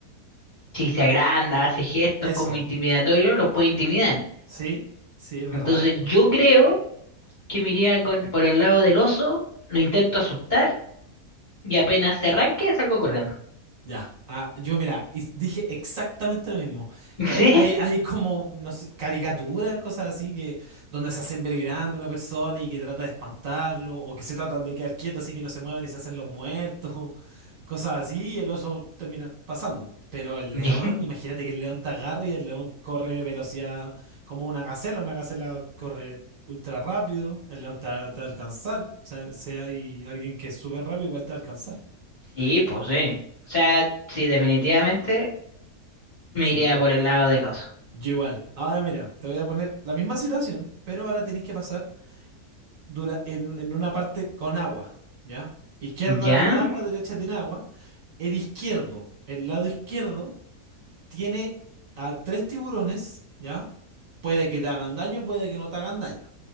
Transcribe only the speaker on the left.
si se agranda, hace gestos
como intimidatorios, los puede intimidar.
Entonces,
yo creo que me iría con, por el lado del oso, lo intento asustar y apenas se arranque, salgo corriendo.
<laughs>
¿Sí?
<laughs>
Sí, pues sí. O sea, sí, definitivamente. Me
iría por el lado del oso.
¿Ya?